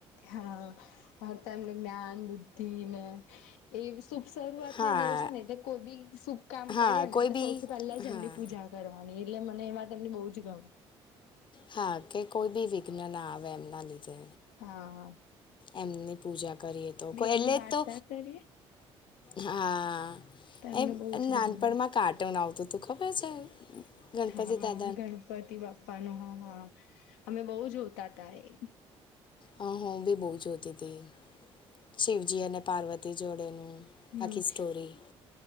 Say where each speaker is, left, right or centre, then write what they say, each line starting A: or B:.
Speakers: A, on the left (about 85°); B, on the left (about 40°).
A: હા હા તો એમને જ્ઞાન બુદ્ધિ ને એ શુભ શરૂઆત
B: હા
A: ના દેવ છે ને એ કોઈ બી શુભ કામ
B: હા
A: કરીએ ને
B: કોઈ બી
A: સૌથી પહેલા જ
B: હા
A: એમની પૂજા કરવાની એટલે મને એ વાત એમની બહુ જ ગમે
B: હા કે કોઈ બી વિઘ્ન ના આવે એમના લીધે
A: હા હા
B: એમની પૂજા કરીએ તો કોઈ
A: એમની
B: એટલે
A: વાર્તા
B: તો
A: કરીએ
B: હા
A: તો એમને
B: એ
A: બહુ જ
B: નાનપણમાં
A: ગમે
B: કાર્ટુન આવતું તું ખબર છે ગણપતિ
A: હા
B: દાદા
A: ગણપતિ બાપ્પા નું હા હા અમે બહુ જોતા હતા એ
B: હા હું બી બહુ જોતી હતી શિવજી અને પાર્વતી જોડેનું
A: હમ
B: આખી સ્ટોરી